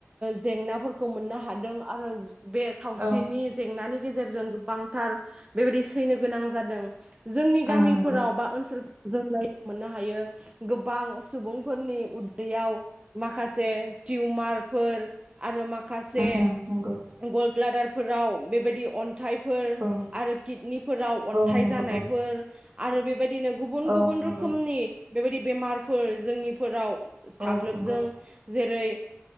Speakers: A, on the right (about 25°); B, on the right (about 50°).
A: जेंनाफोरखौ मोननो हादों आरो बे सावस्रिनि
B: औ
A: नानि गेजेरजों गोबां थार बेबादि थैनो गोनां जादों जोंनि
B: उम
A: गामिफोराव
B: नंगौ
A: बा ओनसोल जोंनाय मोननो हायो गोबां गोबां सुबुंफोरनि उदैयाव माखासे टिउमारफोर आरो मा माखसे
B: उम नंगौ
A: गल ब्लादारफोराव बेबायदि अन। थाइफोर
B: औ
A: आरो किडनिफोराव अन्थाइ
B: औ नंगौ
A: जानायफोर। आरो बेबायदि। बिदिनो गुबुन -गुबुन
B: औ नंगौ
A: रोखोमनि। बेबायदि बेमारफोर जोंनिफोराव। साग्लोबजोबो।
B: औ नंगौ
A: जेरै